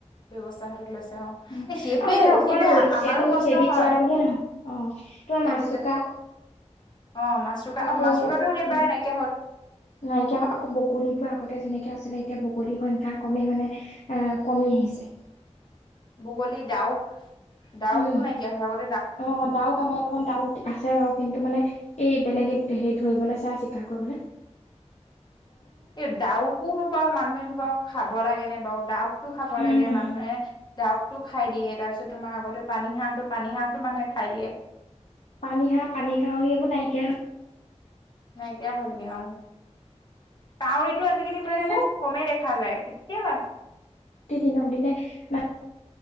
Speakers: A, on the left (about 40°); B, on the left (about 70°).
A: ব্যৱস্থ- তা হাতত লৈছে অ
B: উম
A: এ সেইটোৱে
B: আৰু এতিয়া অকল
A: সেইটোৱে আমাৰো
B: সেইটো
A: প্ৰশ্ন
B: সেইবিধ
A: হয়।
B: চৰাই বুলিয়ে নহয় অ তোমাৰ
A: সে-
B: মাচুকা
A: অ মাছৰোকা
B: আকৌ
A: অ মাছৰোকাটো এতিয়া প্ৰায়
B: উম
A: নাইকিয়া হ'ল।
B: নাইকিয়া হ‌ আকৌ বগলীবুৱা আগতে যেনেকে আছিলে এতিয়া বগলী সংখ্যা কমেই মানে এ কমি আহিছে।
A: বগলী, ডাউক, ডাউকো
B: উম
A: নাইকিয়া হৈ থাকিয়া আগত।
B: অ দাউক আমা এপেলেন দাউক আছে বাও কিন্তু মানে এই বেলেগে সেই ধৰিবলে চাই চিকা কৰিবলে।
A: এ দাউকোনো বাও মানুহেনো বাও খাব লাগে নে বাও দাউক টো খাব
B: উম
A: লাগে মানুহে। দাউকতো খাই দিয়ে তাপিছত তোমাৰ আগতে পানী হাঁহ পানী হাঁহোটো মানুহে খাই দিয়ে।
B: পানী হাহ পানী কাউৰি এইবোৰত নাইকিয়া হ
A: নাইকিয়া হ'লগে অঁ। তাউৰীটো আজিকালি
B: সেইকাৰণে
A: প্ৰায় খুব কমেই দেখা যায় কেতিয়াবা।
B: প্ৰতি দিনক দিনে মা